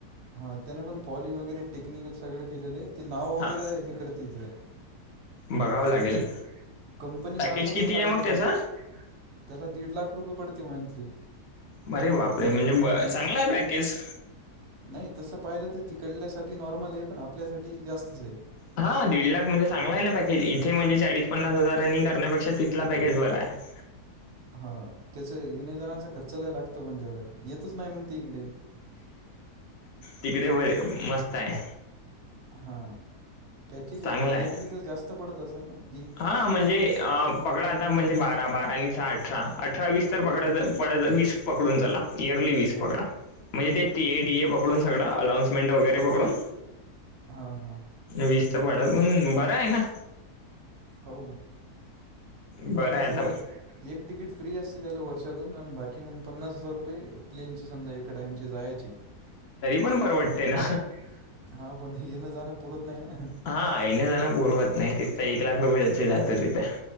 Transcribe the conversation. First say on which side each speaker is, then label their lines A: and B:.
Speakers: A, on the right; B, on the left.
A: हा त्यांना पण पॉली वगैरे टेक्निकल सगळे केलेले ते नाव वगैरे
B: हा
A: हे करते ते
B: बघावं लागेल
A: बघावे लागेल, कंपनी
B: पॅकेज
A: मार्फतच
B: किती
A: लागलेलं
B: मग त्याचा
A: आहे ते. त्याला दीड लाख रुपये पडते मंथली.
B: बरे बापरे
A: समजा
B: म्हणजे
A: इन
B: चांगला आहे पॅकेज.
A: नाही तसं पाहिलं तर तिकडल्यासाठी नॉर्मल आहे, पण आपल्यासाठी जास्तच आहे.
B: हा दीड लाख म्हणजे चांगला आहे ना पॅकेज, इथे म्हणजे चाळीस पन्नास हजारांनी करण्यापेक्षा तिथला पॅकेज बरा आहे.
A: हा त्याच येणे जाण्याचा खर्चला लय लागतो बंद्याला येतच नाही मग ती इकडे.
B: तिकडे बर मस्त आहे.
A: हां पॅकेज इयरलीचा
B: चांगला आहे.
A: जास्त पडत असेल ना मग.
B: हा म्हणजे अ पकडा आता म्हणजे बारा बारा आणि सहा अठरा अठरावीस तर पकडाचं पडायचा वीस पकडून चला इयरली वीस
A: हां
B: पकडा. म्हणजे ते टीएडीए पकडून सगळं अलाऊन्समेंट वगैरे पकडून
A: हां हां.
B: वीसचा पडा पण बर आहे ना.
A: हो
B: बरं
A: पन्नास
B: आहे आता
A: हजार एक तिकीट फ्री असते त्याला वर्ष त्यातून बाकी मग पन्नास हजार रुपये प्लेन चे समजा एका टाईमची जायचे, तरी
B: पण परवडते
A: पण
B: ना.
A: परवडते ना. हा पण येणं जाणं पुरत नाही ना.
B: हा येणे जाण पुरवत नाही तिथं. एक लाख रुपये त्याचे जातं तिथे.